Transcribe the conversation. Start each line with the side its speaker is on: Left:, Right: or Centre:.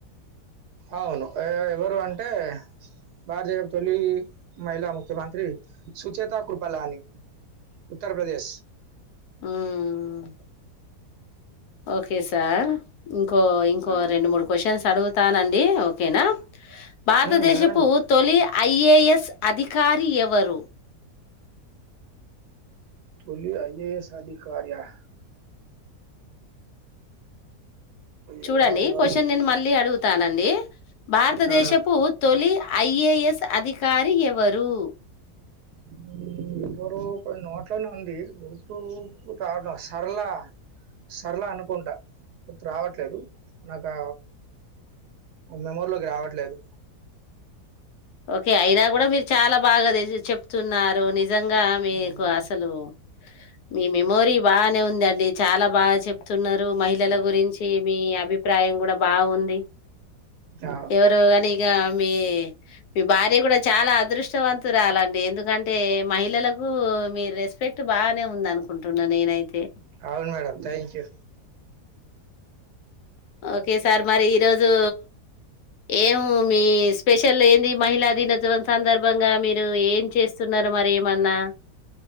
Right: అవును ఏ ఎవరు అంటే భారతీయ తొలి మహిళా ముఖ్యమంత్రి సు చ్యతకృఫలాని ఉత్తరప్రదేశ్
Left: ఉమ్ ఓకే సార్ ఇంకో ఇంకో
Right: ఆ,
Left: రెండు మూడు క్వశ్చన్స్ అడుగ్ తానండి ఓకేనా భారతదేశపు
Right: ఉమ్, అడగండి
Left: తొలి ఐఏఎస్ అధికారి ఎవరు
Right: తొలి ఐఏఎస్ అధికారి అహ్
Left: చూడండి
Right: ఎవరబ్బా
Left: క్వశ్చన్ నేను మళ్ళీ అడుగుతానండి భారతదేశపు
Right: ఆ,
Left: తొలి ఐఏఎస్ అధికారి ఎవ రు
Right: ఉమ్, ఎవరు కొన్ని నోట్లోనే ఉంది గుర్తుకు రావడం సరలా సరళ అనుకుంటా గుర్తు రావట్లేదు నాకు మెమోర్లోకి రావట్లేదు
Left: ఓకే అయినా కూడా మీరు చాలా బాగా చెప్తున్నారు నిజ జంగా మీకు
Right: మ్,
Left: అసలు మీ మెమోరీ బానే ఉందండి చాలా బాగా చెప్తున్నారు మహిళల గురించి మీ అభిప్రాయం కూడా బాగుంది
Right: ఆ,
Left: ఎవరో కాని ఇగ మీ మీ భార్య కూడా చాలా అదృష్టవంతురా రాలండి ఎందుకంటే మహిళలకు మీ రెస్పెక్ట్ బాగానే ఉంది అనుకుంటున్నా నేనైతే
Right: అవును madam thank you
Left: okay sir మరి ఈరోజు ఏం మీ స్పెషల్ ఏంది మహిళా దినోత్సవం సందర్భంగా మీరు ఏం చేస్తున్నారు మరి ఏమన్నా